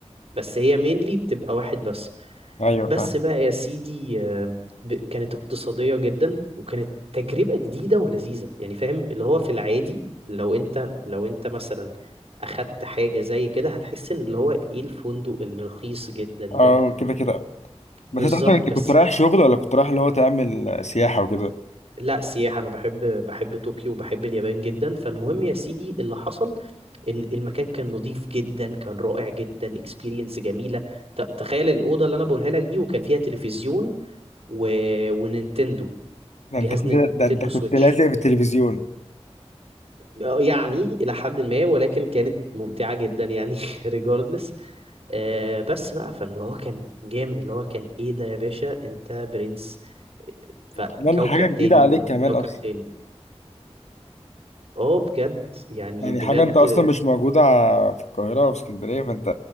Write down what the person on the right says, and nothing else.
بس هي مينلي بتبقى واحد بس
بس
بقى يا سيدي آه، ب- كانت اقتصادية جدا وكانت تجربة جديدة ولذيذة يعني فاهم اللي هو في العادي لو انت لو انت مثلا اخدت حاجة زي كده هتحس ان اللي هو ايه الفندق الرخيص جدا
ده
بالظبط
بس
لا سياحة أنا بحب بحب طوكيو وبحب اليابان جدا فالمهم يا سيدي اللي حصل إن المكان كان نظيف جدا كان رائع جدا اكسبيرينس جميلة ت- تخيل الأوضة اللي أنا بقولها لك دي وكان فيها تلفزيون و... ونينتندو
جهاز
نينتندو
سويتش
آه، يعني إلى حد ما ولكن كانت ممتعة جدا يعني <laughs> ريجاردلس آه بس بقى فاللي هو كان جامد اللي هو كان إيه ده يا باشا أنت برنس فكوكب
تاني
بقول لك
كوكب
تاني اه بجد يعني
بجد